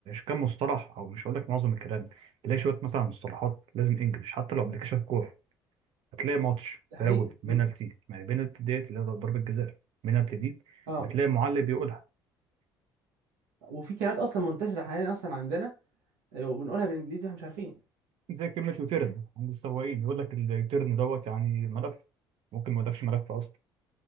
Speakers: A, on the right (about 60°); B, on the right (about 85°).
A: كام مصطلح او مش هقول لك معظم الكلام تلاقي شويه مثلا مصطلحات لازم انجلش حتى لو ابلكيشن كوره هتلاقي ماتش
B: ده
A: فاول
B: حقيقي
A: بينالتي
B: مم.
A: يعني بينالتي ديت اللي هي ضربه جزاء بينالتي دي
B: اه
A: بتلاقي معلق بيقولها
B: وفي كلمات اصلا منتشره حاليا اصلا عندنا آه، وبنقولها بالانجليزي واحنا مش عارفين
A: زي كلمه يوتيرن عند السواقين يقول لك اليوتيرن دوت يعني ملف ممكن ما يقولكش ملف اصلا